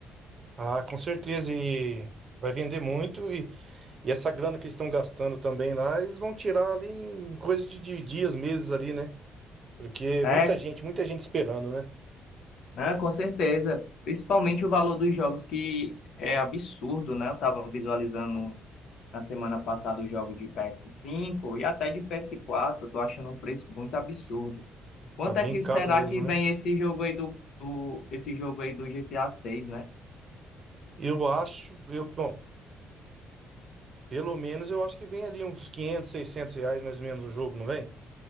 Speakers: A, on the right; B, on the left.
A: Ah, com certeza, e vai vender muito, e, e essa grana que eles estão gastando também lá, eles vão tirar ali em coisa de, de dias, meses ali, né? Porque
B: É,
A: muita gente, muita gente esperando, né?
B: Ah, com certeza. Principalmente o valor dos jogos, que é absurdo, né? Eu estava visualizando na semana passada o jogo de PS5 e até de PS4. Eu tô achando um preço muito absurdo. Quanto
A: Tá bem
B: é que
A: caro
B: será
A: mesmo,
B: que
A: né?
B: vem esse jogo aí do, do- esse jogo aí do GTA 6, né?
A: Eu acho, eu, bom, pelo menos eu acho que vem ali uns 500, 600 reais mais ou menos o jogo, não vem?